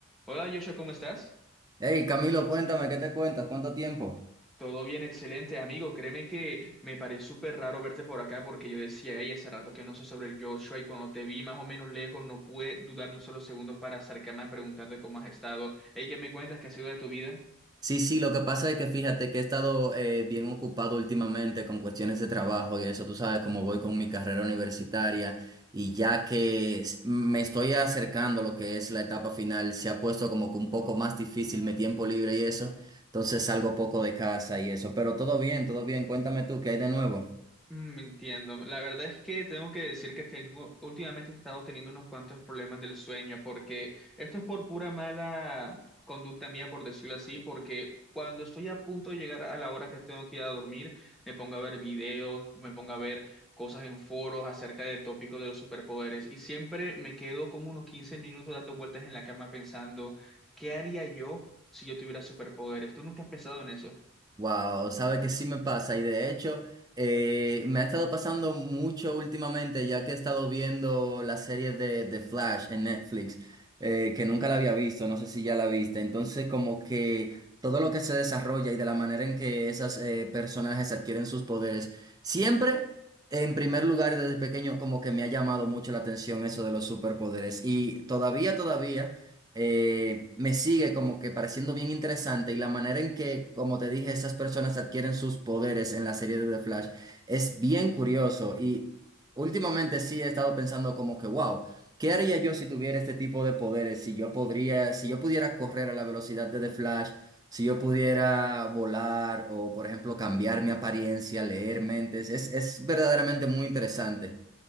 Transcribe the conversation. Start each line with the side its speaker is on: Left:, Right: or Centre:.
Centre: Hola Joshua, ¿cómo estás?
Right: Hey, Camilo, cuéntame, ¿qué te cuentas? ¿Cuánto tiempo?
Centre: Todo bien, excelente amigo. Créeme que me pareció súper raro verte por acá porque yo decía, hey, hace rato que no sé sobre el Joshua y cuando te vi más o menos lejos no pude dudar ni un solo segundo para acercarme a preguntarte cómo has estado. Hey, ¿qué me cuentas? ¿Qué ha sido de tu vida?
Right: Sí, sí, lo que pasa es que fíjate que he estado eh, bien ocupado últimamente con cuestiones de trabajo y eso, tú sabes cómo voy con mi carrera universitaria y ya que s- me estoy acercando a lo que es la etapa final, se ha puesto como que un poco más difícil mi tiempo libre y eso, entonces salgo poco de casa y eso, pero todo bien, todo bien, cuéntame tú, ¿qué hay de nuevo?
Centre: Mm, Entiendo. La verdad es que tengo que decir que tengo, últimamente he estado teniendo unos cuantos problemas del sueño, porque esto es por pura mala conducta mía, por decirlo así, porque cuando estoy a punto de llegar a la hora que tengo que ir a dormir, me pongo a ver videos, me pongo a ver cosas en foros acerca de tópicos de los superpoderes, y siempre me quedo como unos 15 minutos dando vueltas en la cama pensando, ¿qué haría yo si yo tuviera superpoderes? ¿Tú nunca has pensado en eso?
Right: Wow, sabe que sí me pasa y de hecho eh, me ha estado pasando mucho últimamente ya que he estado viendo la serie de, de Flash en Netflix eh, que nunca la había visto, no sé si ya la viste, entonces como que todo lo que se desarrolla y de la manera en que esos personajes adquieren sus poderes, siempre en primer lugar desde pequeño como que me ha llamado mucho la atención eso de los superpoderes y todavía, todavía eh, me sigue como que pareciendo bien interesante y la manera en que, como te dije, esas personas adquieren sus poderes en la serie de The Flash es bien curioso y últimamente sí he estado pensando como que, wow, ¿qué haría yo si tuviera este tipo de poderes? Si yo podría, si yo pudiera correr a la velocidad de The Flash, si yo pudiera volar o, por ejemplo, cambiar mi apariencia, leer mentes, es, es verdaderamente muy interesante.